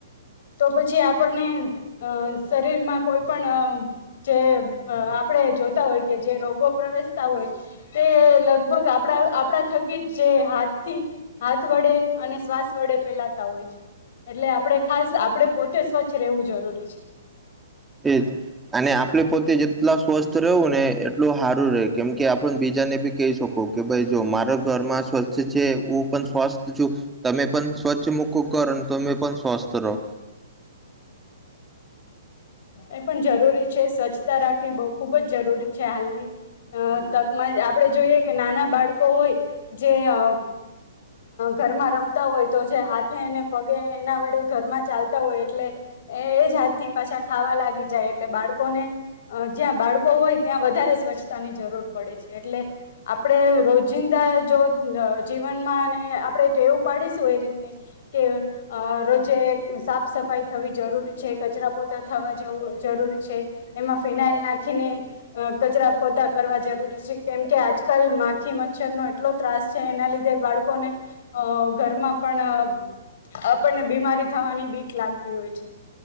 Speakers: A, on the left; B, in the centre.
A: તો પછી આપણને અ શરીરમાં કોઈ પણ જે અ આપણે જોતા હોય કે જે રોગો પ્રવેશતા હોય તે લગભગ આપણા આપણા થકી જ જે હાથથી હાથ વડે અને શ્વાસ વડે ફેલાતા હોય છે. એટલે આપણે ખાસ આપણે પોતે સ્વચ્છ રહેવું જરૂરી છે.
B: એજ અને આ આપડે પોતે જેટલા સ્વસ્થ રહું ને એટલું હાર રે કેમકે આપ બીજાને બી કહી શકો કે ભાઈ જો મારા ઘરમાં સ્વચ્છ છે, હું પણ સ્વસ્થ છું, તમે પણ સ્વચ્છ મૂકો ઘ અને તમે પણ સ્વસ્થ રહો.
A: એ પણ જરૂરી છે. સ્વચ્છતા રાખવી બવ ખુબ જ જરૂરી છે હાલની અ તકમાં આપડણે જોઈએ કે નાના બાળકો હોય જે અ ઘરમાં રમતા હોય તો જે હાથેને પગે એના વડે ઘરમાં ચાલતા હોય એટલે એ જ હાથથી પાછા ખાવા લાગી જાય. એટલે બાળકોને અ જ્યાં બાળકો હોય ત્યાં વધારે સ્વચ્છતાની જરૂર પડે છે. એટલે આપણે રોજિંદા જો જીવનમાં અને આપણે એવું પાડીશું એ રીતની કે રોજે સાફ સફાઈ થવી જરૂરી છે, કચરા પોતા થવા જવ જરૂરી છે, એમાં ફિનાઇલ નાખીને કચરા પોતા કરવા જરૂરી છે કેમ કે આજકાલ માખી મચ્છરનો એટલો ત્રાસ છે. એના લીધે બાળકોને અ ઘરમાં પણ આપણને બીમારી થવાની બીક લાગતી હોય છે.